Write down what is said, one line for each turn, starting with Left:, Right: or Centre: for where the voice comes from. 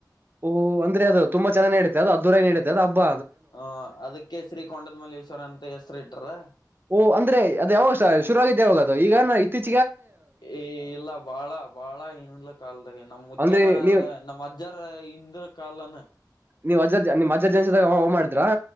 Right: ಓಹ ಅಂದ್ರೆ ಅದು ತುಂಬ ಚನ ನಡೆ ಅದುದದುೂರ ನಡೆ ಅದದು ಹಬ್
Left: ಹ ಅದಕ್ಕೆ ಶ್ರೀ ಕೊಂಡದ ಮಲ್ಲೇಶ್ವರ ಅಂತ ಹೆಸ್ರು ಇಟ್ರ
Right: ಓಹ ಅಂದ್ರೆ ಅದ ಯಾವ ಶುರು ಆಗಿದ್ದಾವಾಗದು ಈಗ ಇತ್ತೀಚ
Left: ಏ ಇಲ್ಲ ಬಾಳ ಬಾಳ ಇನ್ನಂದಲ ಕಾಲದಾಗೆ ನಮ ಮುತ್ತನಾರ
Right: ಅಂದ್ರೆ ನೀವ್
Left: ನಮ್ಮ್ ಅಜ್ಜರ ಇಂದ್ರ ಕಾಲನ
Right: ನೀವು ಅಜ ನಿಮ್ಜೆನ್ಸಿಗ ಹ ಮಾಡಿದ್ರಾ